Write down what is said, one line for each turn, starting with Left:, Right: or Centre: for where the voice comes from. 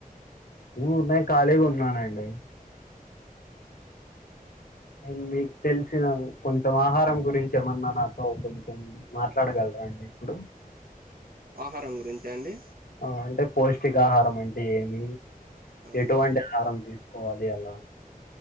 Left: <unintelligible> నేను కాళిగా ఉన్నానండి. నేను మీకు తెలిసిన కొంచం ఆహారం గురించి ఏమన్నా నాతో కొంచం మాట్లాడగలరా అండి. ఇప్పుడు
Right: ఆహారం గురించ అండి.
Left: ఆ అంటే పౌష్టికాహారం అంటే ఏమి
Right: ఆహా.
Left: ఎటువంటి ఆహారం తీసు ఓ అదే అలా